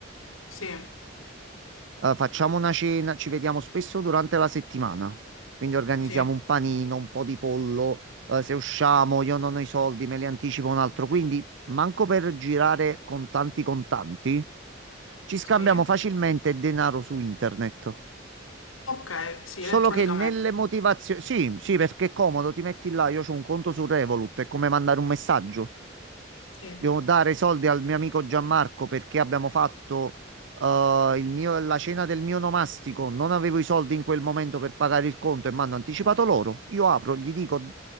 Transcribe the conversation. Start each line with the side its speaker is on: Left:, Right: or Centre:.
Left: Sì,
Right: eh, facciamo una cena, ci vediamo spesso durante la settimana. Quindi organizziamo
Left: sì,
Right: un panino, un po' di pollo, eh, se usciamo, io non ho i soldi, me li anticipo un altro. Quindi manco per girare con tanti contanti, ci scambiamo
Left: sì.
Right: facilmente denaro su internet.
Left: Okay, sì,
Right: Solo
Left: elettronicamente.
Right: che nelle motivazioni... Sì, sì, perché è comodo, ti metti là, io ho un conto su Revolut, è come mandare un messaggio.
Left: Sì,
Right: Devo dare i soldi al mio amico Gianmarco perché abbiamo fatto eh, il mio- la cena del mio nomastico, non avevo i soldi in quel momento per pagare il conto e mi hanno anticipato loro. Io apro, gli dico,